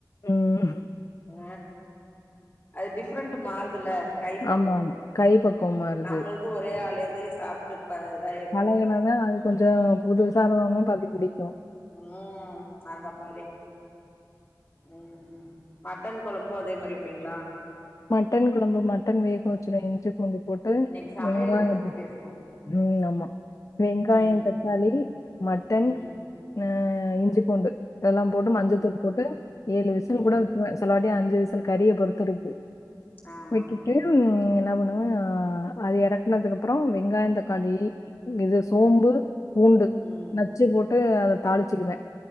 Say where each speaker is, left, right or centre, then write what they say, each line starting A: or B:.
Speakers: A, on the left; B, on the left.
A: ம்
B: ஆ அது டிஃப்ரெண்ட்டு மாறுதுல்ல கை பக்குவோ
A: ஆமா கை பக்குவ மாறுது
B: நம்மள்து ஒரே ஆளேதே சாப்டுட் ப தை
A: அழகுனதா அது கொஞ்சோ புதுசா <unintelligible> பாத்து புடிக்கு
B: ம் அந்த மாரி ம் மட்டன் கொழம்பு அதே மாரி வப்பீங்ளா
A: மட்டன் கொழம்பு மட்டன் வேக வச்சுருவ இஞ்சி பூண்டு போட் ட்டு
B: இன்னைக்கு சமையல்
A: வெங்காய
B: இத பத்தி பேசுவோ
A: <inaudible> ம் ஆமா வெங்காயந்
B: ம்
A: தக்காளி மட்டன்
B: ம்
A: அ இஞ்சி பூண்டு இதெல்லா போட்டு மஞ்சத்தூள்
B: ம்
A: போட்டு ஏழு விசில்
B: ம்
A: கூட வ சிலவாட்டி அஞ்சு விசில் கறிய பொறுத்துருக்கு
B: ஆமா
A: விட்டுட்டு
B: ஆமா
A: ம் என்ன பண்ணுவே ஆ அது இறக்குனதுக்கப்ற வெங்காயந் தக்காளி இது சோம்பு பூண்டு
B: ம்
A: நச்சு போட்டு அத தாளிச்சுகுவ